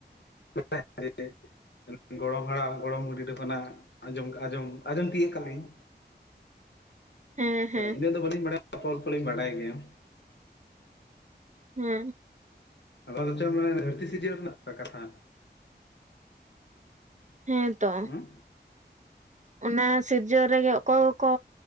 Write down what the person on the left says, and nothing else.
<inaudible> ᱜᱚᱲᱚᱢ ᱦᱟᱲᱟᱢ ᱜᱚᱲᱚᱢ ᱵᱩᱰᱷᱤ ᱠᱷᱚᱱᱟᱜ ᱟᱸᱡᱚᱢ ᱟᱸᱡᱚᱢ ᱟᱸᱡᱚᱢ ᱛᱤᱭᱳᱜ ᱠᱟᱜ ᱞᱤᱧ᱾
ᱤᱱᱟᱹ ᱫᱚ ᱵᱟᱹᱞᱤᱧ ᱵᱟᱲᱟᱭᱟ ᱚᱞᱯᱚᱼᱯᱚ ᱞᱤᱧ ᱵᱟᱰᱟᱭ ᱜᱮᱭᱟ᱾
ᱟᱫᱚ ᱫᱚ ᱪᱚᱝ ᱢᱟᱱᱮ ᱫᱷᱟᱹᱨᱛᱤ ᱥᱤᱨᱡᱟᱹᱣ ᱨᱮᱱᱟᱜ ᱠᱟᱛᱷᱟ᱾
ᱦᱮᱸ